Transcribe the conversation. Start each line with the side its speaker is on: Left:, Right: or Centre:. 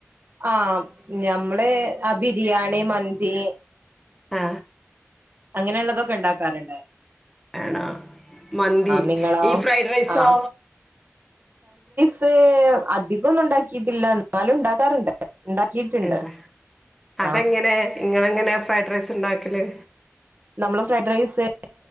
Right: ആഹ് ഞമ്മള് ആ ബിരിയാണി മന്തി
Centre: ആ
Right: അങ്ങനെയുള്ളതൊക്കെ ഉണ്ടാക്കാറിണ്ട്.
Centre: എണ മന്തി
Right: നിങ്ങളോ
Centre: ഈ ഫ്രൈഡ് റൈസോ
Right: ആ സ് അധികൊന്നും ഉണ്ടാക്കിയിട്ടില്ല എന്നാലും ഉണ്ടാക്കാറുണ്ട് ഉണ്ടാക്കിയിട്ടുണ്ട്
Centre: ഉണ്ടാ അതെങ്ങനെ
Right: ആ
Centre: ങ്ങ എങ്ങനെയാ ഫ്രൈഡ് റൈസ് ഇണ്ടാക്കല്
Right: നമ്മള് ഫ്രൈഡ് റൈസ്